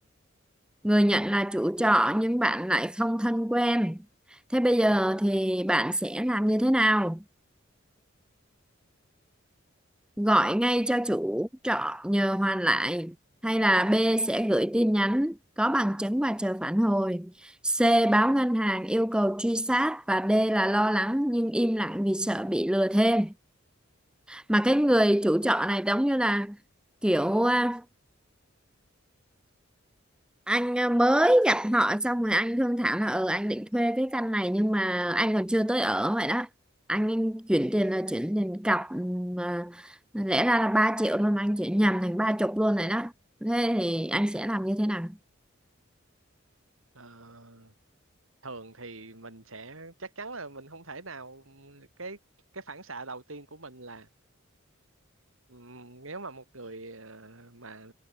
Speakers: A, in the centre; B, on the right.
A: người nhận là chủ trọ nhưng bạn lại không thân quen thế bây giờ thì bạn sẽ làm như thế nào gọi ngay cho chủ trọ nhờ hoàn lại hay là B sẽ gửi tin nhắn có bằng chứng và chờ phản hồi C báo ngân hàng yêu cầu truy sát và D là lo lắng nhưng im lặng vì sợ bị lừa thêm mà cái người chủ trọ này giống như là kiểu à, anh à, mới gặp họ xong rồi anh thương thảo là ừ anh định thuê cái căn này nhưng mà anh còn chưa tới ở vậy đó anh chuyển tiền là chuyển tiền cọc ừm, mà lẽ ra là 3 triệu thôi mà anh chuyển nhầm thành ba chục luôn rồi đó thế thì anh sẽ làm như thế nào
B: Ờ, thường thì mình sẽ chắc chắn là mình không thể nào cái cái phản xạ đầu tiên của mình là ừm, nếu mà một người ờ, mà